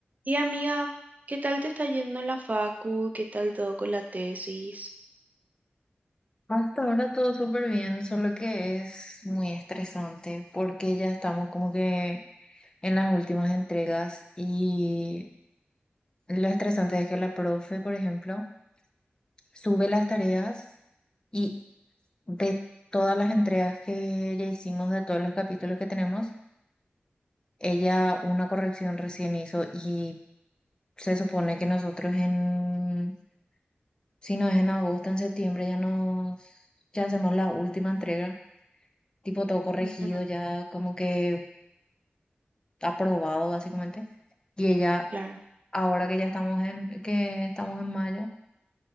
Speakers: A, on the right (about 45°); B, on the left (about 20°).
A: Y amiga, ¿qué tal te está yendo en la facu? ¿Qué tal todo con la tesis?
B: Hasta ahora todo súper bien, solo que es muy estresante porque ya estamos como que en las últimas entregas y lo estresante es que la profe, por ejemplo, sube las tareas y de todas las entregas que ya hicimos, de todos los capítulos que tenemos, ella una corrección recién hizo y se supone que nosotros en, si no es en agosto, en septiembre ya nos, ya hacemos la última entrega tipo todo corregido,
A: Ujú,
B: ya como que aprobado básicamente. Y ella,
A: claro.
B: ahora que ya estamos en, que estamos en mayo,